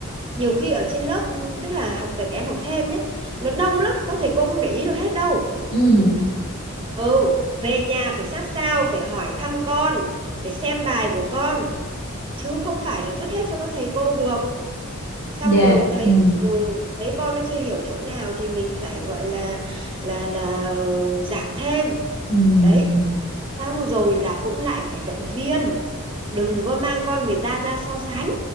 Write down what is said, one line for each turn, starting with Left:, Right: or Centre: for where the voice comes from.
Right: nhiều khi ở trên lớp ừ, tức là học kể cả em học thêm nhé nó đông lắm các thầy cô không để ý được hết đâu
Left: ừ
Right: ừ về nhà phải sát sao phải hỏi thăm con phải xem bài của con chứ không phải là vứt hết cho các thầy cô được xong
Left: dạ
Right: rồi thấy
Left: ừ
Right: ừ, thấy con nó chưa hiểu chỗ nào thì mình phải gọi là là là ờ, giảng thêm
Left: ừ
Right: đấy xong rồi là cũng lại phải động viên đừng có mang con người ta ra so sánh